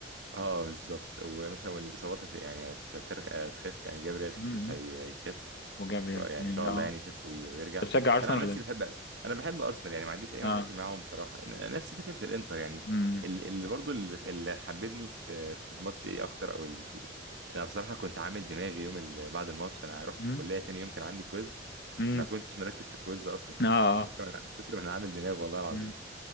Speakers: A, on the right; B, on the left.
A: آه بالظبط ومثلا والاصابات هت- يعني هت- هترخ- هتخف يعني جابريل خيسوس
B: أمم.
A: هي- هيخف
B: وجابريل
A: ان شاء يعني
B: يعني
A: ان شاء
B: اه
A: الله يعني يخف وي- ويرجع
B: انت بتشجع ارسنال
A: انا عن نفسي
B: ولا ايه
A: بحب انا بحب ارسنال يعني ما عنديش اي
B: اه
A: مشاكل معاهم بصراحه نفس فكره الانتر يعني
B: امم
A: ال- اللي برضو ال- اللي حببني في في الماتش ايه اكتر او ال... في ال- انا بصراحه كنت عامل دماغي يوم ال... بعد الماتش انا رحت
B: امم
A: الكليه تاني يوم كان عندي كويز
B: أمم.
A: ما كنتش مركز في الكويز اصلا
B: اه اه
A: من كتر ما أنا- من كتر ما انا عامل دماغ والله العظيم
B: أمم.